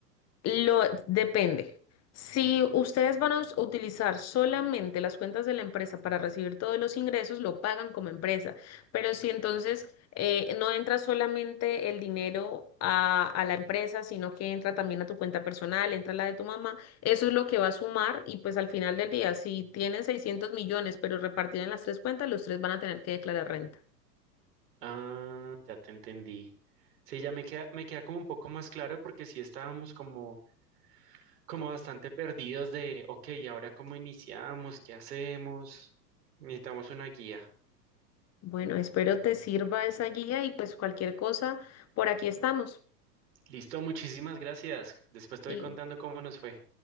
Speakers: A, on the left; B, on the right.
A: Lo depende. Si ustedes van a us- utilizar solamente las cuentas de la empresa para recibir todos los ingresos, lo pagan como empresa. Pero si entonces eh, no entra solamente el dinero a, a la empresa, sino que entra también a tu cuenta personal, entra la de tu mamá, eso es lo que va a sumar y pues al final del día, si tienen 600 millones, pero repartido en las tres cuentas, los tres van a tener que declarar renta.
B: Ah, ya te entendí. Sí, ya me queda, me queda como un poco más claro porque sí estábamos como, como bastante perdidos de, ok, ¿y ahora cómo iniciamos? ¿Qué hacemos? Necesitamos una guía.
A: Bueno, espero te sirva esa guía y pues cualquier cosa, por aquí estamos.
B: Listo, muchísimas gracias. Después te
A: Y
B: voy contando cómo nos fue.